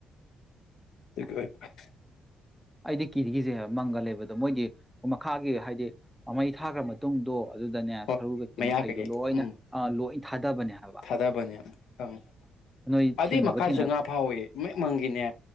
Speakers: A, on the left; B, in the centre.
A: ꯊ
B: ꯑꯩꯗꯤ ꯀꯤꯒꯤꯁꯦ ꯃꯪꯒ ꯂꯩꯕꯗꯣ ꯃꯣꯏꯗꯤ ꯃꯈꯥꯒꯤ ꯍꯥꯏꯗꯤ ꯃꯩ ꯊꯥꯈ꯭ꯔ ꯃꯇꯨꯡꯗꯣ ꯑꯗꯨꯗꯅꯦ
A: ꯍ
B: ꯁꯔꯨ ꯀꯩꯀꯩ
A: ꯃꯌꯥ
B: ꯃꯈꯩꯗꯣ
A: ꯀꯩꯒꯤ
B: ꯂꯣꯏꯅ
A: ꯎꯝ
B: ꯑ ꯂꯣꯏ ꯊꯥꯗꯕꯅꯦ ꯍꯥꯏꯕ
A: ꯊꯥꯗꯕꯅꯦꯝ ꯈꯪꯉꯤ
B: ꯅꯣꯏ
A: ꯑꯗꯨꯏ
B: ꯊꯦꯡꯅꯕ
A: ꯃꯈꯥꯁꯨ
B: ꯊꯦꯡꯅ
A: ꯉꯥ ꯐꯥꯎꯋꯤ ꯃꯦꯛ ꯃꯪꯒꯤꯅꯦ